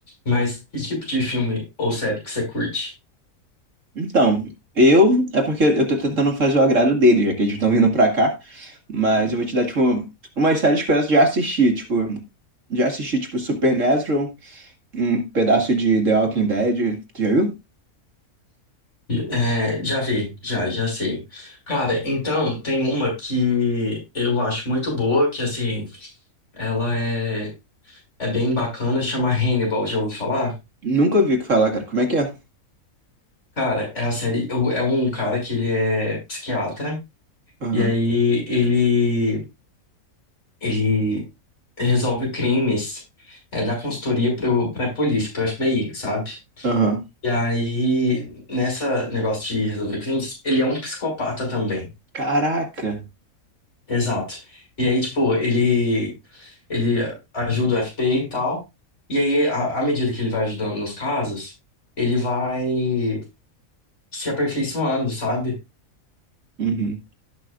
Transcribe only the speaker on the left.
mas que tipo de filme ou série que você curte?
É, já vi, já, já sei. Cara, então, tem uma que eu acho muito boa, que assim, ela é, é bem bacana, chama Hannibal, já ouviu falar?
Cara, é a série, é um cara que ele é psiquiatra,
e aí ele, ele resolve crimes, é, da consultoria pro, pra polícia, pro FBI, sabe?
E aí, nessa negócio de resolver crimes, ele é um psicopata também.
Exato. E aí, tipo, ele, ele ajuda o FBI e tal. E aí, à à medida que ele vai ajudando nos casos, ele vai se aperfeiçoando, sabe?